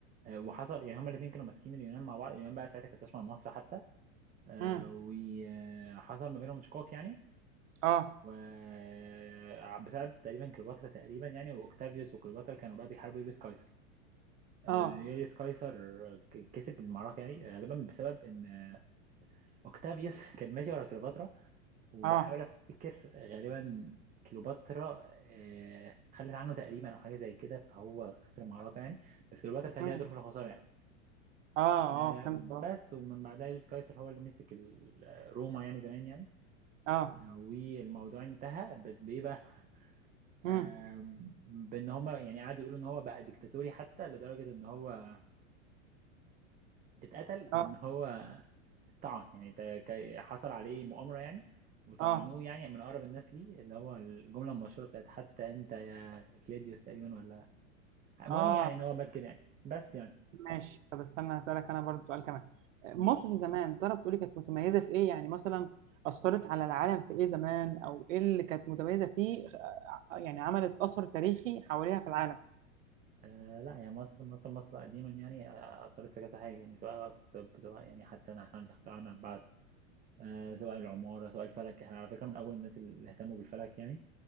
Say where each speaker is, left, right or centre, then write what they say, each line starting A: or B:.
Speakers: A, on the right (about 20°); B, on the right (about 75°).
A: آه، وحصل يعني هما الاثنين كانوا ماسكين اليونان مع بعض اليونان بقى ساعتها كانت تشمل مصر حتى آه،
B: امم
A: وحصل ما بينهم شقاق يعني
B: اه
A: وبسبب تقريبا كليوباترا تقريبا يعني واوكتافيوس وكليوباترا كانوا بقى بيحاربوا يوليوس قيصر آه،
B: اه
A: يوليوس قيصر ك- كسب المعركه يعني آه، غالبا بسبب ان آه، اوكتافيوس <laughs> كان ماشي ورا كليوباترا وبحاول
B: اه
A: افتكر غالبا كليوباترا آه، اتخلت عنه تقريبا او حاجه زي كده فهو خسر المعركه يعني بس كليوباترا كان
B: امم
A: ليها دور في الخساره يعني
B: اه
A: آه،
B: اه فهمت اه
A: بس ومن بعدها يوليوس قيصر هو اللي مسك ال- آه، روما يعني زمان يعني
B: اه
A: آه، والموضوع انتهى بت- بايه بقى
B: مم.
A: آم، بان هما يعني قعدوا يقولوا ان هو بقى ديكتاتوري حتى لدرجه ان هو اتقتل بان
B: اه
A: هو طعن يعني تا- كا- حصل عليه مؤامرة يعني وطعنوه
B: اه
A: يعني من أقرب الناس ليه اللي هو الجملة المشهورة بتاعت حتى أنت يا كليديوس تقريبا ولا المهم
B: اه
A: يعني إن هو مات كده يعني بس يعني
B: ماشي طب استنى هسألك انا برضو سؤال كمان مصر
A: مم.
B: زمان تعرف تقولي كانت متميزة في ايه يعني مثلا أثرت على العالم في ايه زمان او ايه اللي كانت متميزة فيه آه، آه، يعني عملت أثر تاريخي حواليها في العالم
A: آه لا يا مصر مصر مصر قديما يعني آه، أثرت في كذا حاجة يعني سواء بقى في الطب سواء يعني حتى إن إحنا اللي اخترعنا البعث آه سواء العمارة سواء الفلك إحنا على فكرة من أول الناس اللي اهتموا بالفلك يعني